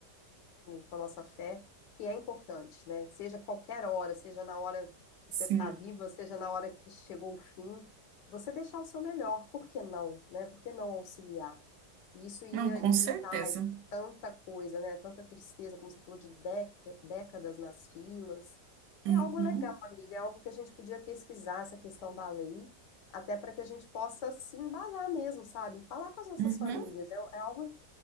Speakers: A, on the left; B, on the right.
A: com a nossa fé, que é importante, né? Seja qualquer hora, seja na hora que
B: sim.
A: você está viva, seja na hora que chegou o fim, você deixar o seu melhor, por que não, né? Por que não auxiliar? E Isso ia
B: Não, com
A: evitar
B: certeza.
A: aí tanta coisa, né? Tanta tristeza, como você falou, de década- décadas nas filas.
B: Uhum,
A: É algo legal, amiga, é algo que a gente podia pesquisar essa questão da lei. Até para que a gente possa se embasar mesmo, sabe? E Falar com as nossas
B: uhum.
A: famílias. É, é algo